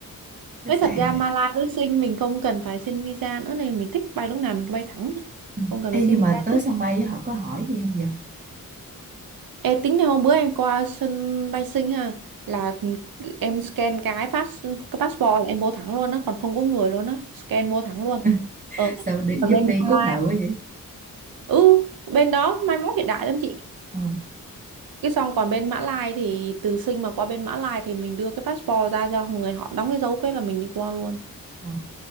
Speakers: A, on the right; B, on the right.
A: khách
B: Nói
A: sạn
B: thật ra
A: rồi.
B: Malaysia với Sing mình không cần phải xin visa nữa này mình thích bay lúc nào mình cứ bay thẳng thôi
A: Ừ.
B: không cần
A: Ê,
B: phải
A: nhưng
B: xin visa
A: mà tới
B: chứ
A: sân bay á, họ có hỏi gì không nhỉ?
B: Ê, tính là hôm bữa em qua sân bay Sing ha là em scan cái pass cái passport là em vô thẳng luôn á còn không có người luôn á scan vô thẳng luôn
A: <laughs>
B: ờ
A: Sao đi,
B: còn
A: giống
B: bên
A: đi
B: Malaysia
A: cốt nợ quá vậy?
B: ừ bên đó mai mốt hiện đại lắm chị
A: Ờ,
B: cái xong còn bên Mã Lai thì từ Sing mà qua bên Mã Lai thì mình đưa cái passport ra cho người họ đóng cái dấu cái là mình đi qua luôn
A: ờ,